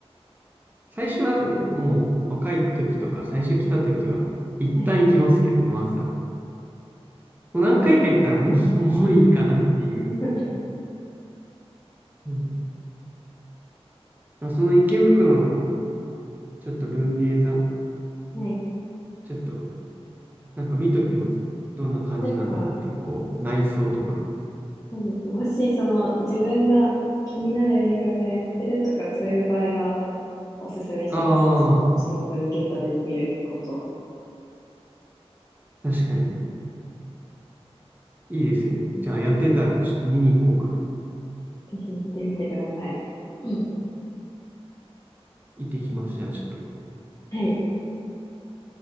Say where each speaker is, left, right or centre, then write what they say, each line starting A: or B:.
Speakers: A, on the right (about 15°); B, on the left (about 35°).
A: 最初はね、もう若い時とか最初来た時は一旦行きますけどね、
B: はい。
A: まずは。もう何回か行ったらもう、
B: そうですよね。
A: <laughs> もういいかなっていう。
B: <laughs>
A: うん。まあその池袋のちょっと文芸座、
B: はい。
A: ちょっとなんか見ときます。どんな感じなんだろうって、
B: なんか、
A: こう、内装とか。
B: そうですね。もし、その、自分が気になる映画がやってるとか、そういう場合は、おすすめします。
A: あ
B: その、新聞芸座で見ること、
A: あ、確かに。いいですね。じゃあやってたらちょっと見に行こうかな。
B: ぜひ行ってみてください。うん
A: 行ってきます。じゃあちょっと。
B: はい。